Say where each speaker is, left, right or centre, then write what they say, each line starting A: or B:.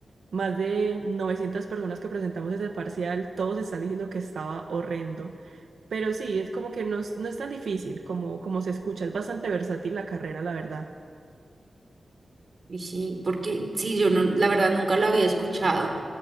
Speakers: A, on the right; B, on the right.
A: más de 900 personas que presentamos ese parcial, todos están diciendo que estaba horrendo. Pero sí, es como que no es, no es tan difícil como, como se escucha, es bastante versátil la carrera, la verdad.
B: Y sí, porque sí, yo no, la verdad nunca lo había escuchado